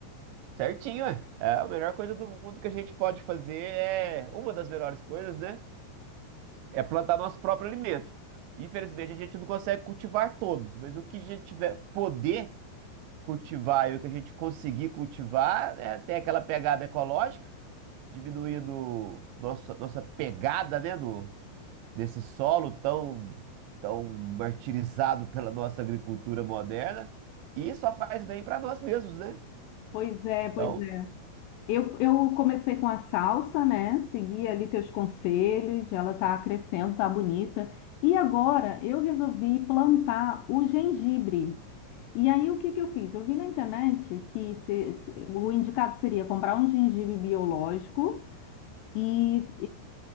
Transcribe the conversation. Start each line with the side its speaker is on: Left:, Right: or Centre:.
Right: Certinho, é. É, a melhor coisa do mundo que a gente pode fazer é, uma das melhores coisas, né? É plantar nosso próprio alimento. Infelizmente a gente não consegue cultivar todos, mas o que a gente tiver poder cultivar e o que a gente conseguir cultivar, né, tem aquela pegada ecológica. diminuindo nossa, nossa pegada, né, no nesse solo tão, tão martirizado pela nossa agricultura moderna, e só faz bem para nós mesmos, né?
Left: Pois é, pois
Right: Então,
Left: Eu, eu comecei com a salsa, né? Segui ali teus conselhos, ela tá crescendo, tá bonita. E agora eu resolvi plantar o gengibre. E aí o que que eu fiz? Eu vi na internet que se- se- o indicado seria comprar um gengibre biológico e,